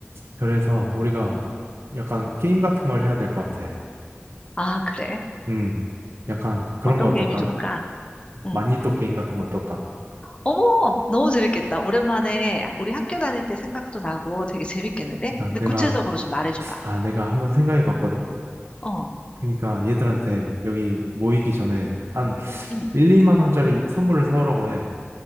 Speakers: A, on the right; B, on the left.
A: 그래서 우리가 약간 게임 같은 걸 해야 될 것 같아.
B: 아, 그래.
A: 음, 약간 그런
B: 어떤
A: 거 어떨까?
B: 게임이 좋을까? 응.
A: 마니또 게임 같은 거 어떨까?
B: 어머, 너무 재밌겠다. 오랜만에 우리 학교 다닐 때 생각도 나고 되게 재밌겠는데?
A: 그러니까
B: 근데
A: 내가,
B: 구체적으로 좀 말해줘봐.
A: 아, 내가 한번 생각해 봤거든?
B: 어,
A: 그러니까 얘들한테 여기 모이기 전에 한
B: 응,
A: 1, 2만 원짜리 선물을 사오라고 해.